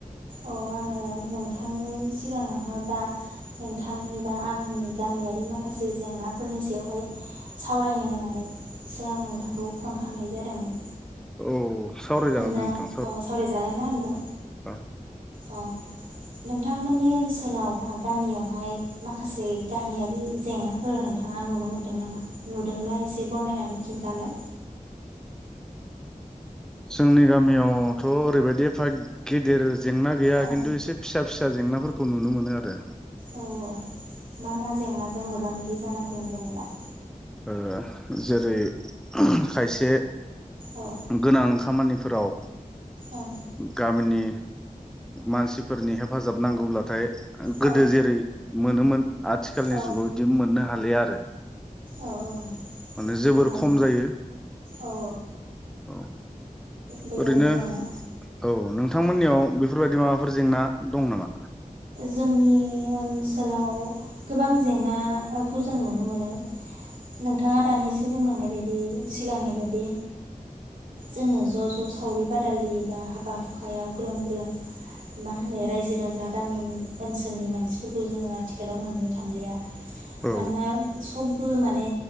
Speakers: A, on the right; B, in the centre.
A: अ आङो नोंथांनि सिगाङावहाय बा नोंथांनि बा आंनि गामियारि माखासे जेंनाफोरनि सायावहाय सावरायनो होननानैसो आं नोंथांखौ फन खामनाय जादोंमोन।
B: औ। सावरायजागोन
A: होनब्ला
B: दे नोंथां
A: अ सावरायजागोन ना होनब्ला
B: औ
A: अ नों नोंथांमोननि ओनसोलाव बा गामियावहाय माखासे गामियारि जेंनाफोर नोंथाङा नुनो मोनदों नामा नुदोंब्ला एसे बरनायनानै खिन्थालाय।
B: जोंनि गामियावथ ओरैबायदि एफा गिदिर जेंना गैया
A: औ
B: किन्टु एसे फिसा फिसा जेंनाफोरखौ नुनो मोनो आरो।
A: औ औ मा मा जेंनाजों मोगा मोगि जानांदों जेनेबा?
B: ओ जेरै खायसे
A: औ
B: गोनां खामानि फोराव
A: औ
B: गामिनि मानसिफोरनि हेफाजाब नांगौब्लाथाय गोदोजेरै
A: औ
B: मोनोमोन आथिखालनि
A: औ
B: जुगाव इदि मोनहा हालियाआरो।
A: औ औ।
B: माने जोबोर
A: बेबादि
B: खमजायो
A: औ
B: औ
A: बेबायदि
B: ओरैनो
A: जेंना
B: औ नोंथांमोननियाव बेफोरबायदि माबा फोरजेंना दंनामा?
A: जोंनि ओनसोलाव गोबां जेंना ओ खौजों नुनोमोनो नोंथाङा दानिसो बुंलांनाय बायदि सिगांनिबादि जोङो ज ज सावरि बादालि बा हाबा हुदाया ग्रोम ग्रोम माहोनो रायजो राजा गामिनि ओनसोलनि मानसिफोरखौजोङो आथिखालाव मोननोथांलिया।
B: औ
A: मानोना सबबो माने